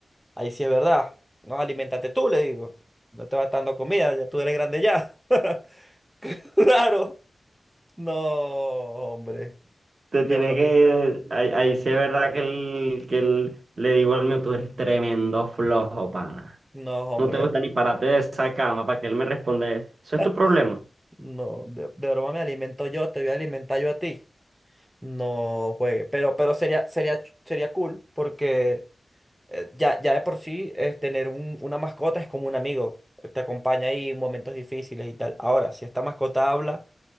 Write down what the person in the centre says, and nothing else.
ahí sí es verdad. No, alimentate tú, le digo. No te vas dando comida, ya tú eres grande ya. <laughs> Claro. No, hombre.
De
bro.
No, hombre.
<laughs>
No, de, de broma me alimento yo, te voy a alimentar yo a ti. No juegue. Pero, pero sería, sería, sería cool porque eh, ya, ya de por sí eh, tener un- una mascota es como un amigo. Te acompaña ahí en momentos difíciles y tal. Ahora, si esta mascota habla